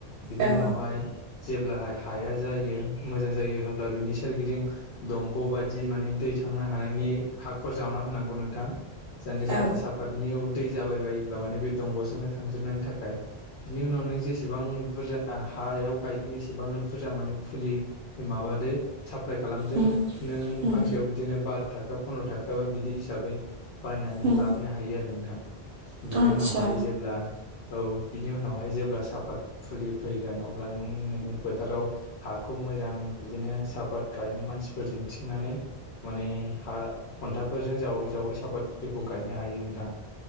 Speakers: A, on the left; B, on the right.
A: बिनि
B: औ
A: उनावहाय जेब्लाहाय हाया जायो मोजां जायो होमब्ला बिनि सोरगिदिं दंग' बायदि माने दै थांनो हानायनि हाखर जावना होनांगौ नोंथां जे जाहाथे
B: औ
A: साफ नियाव दै जाबाय बायोब्ला माने बे दंग'जोंनो थांजोबनायनि थाखाय बिनि उनाव नों जेसेबां बुरजा हायाव गायगोन एसेबांनो बुरजा माने फुलि माबादो साप्लाय खालामदो
B: उम
A: नों
B: उम
A: फांसेआव बिदिनो बार' थाखा फन्द्र' थाखा बा बिदि हिसाबै बायनानै
B: उम
A: लाबोनो हायो आरो नोंथां बिनि
B: आतसा
A: उनावहाय जेब्ला औ बिनि उनावहाय जेब्ला सापात फुलि फैगोन अब्ला नों नोंनि फोथाराव हाखौ मोजां बिदिनो साहापात गायनो मानसिफोर लिंथिंनानै माने हा खन्थाफोरजों जावै जावै साफातखौ गायनो हायो नोंथां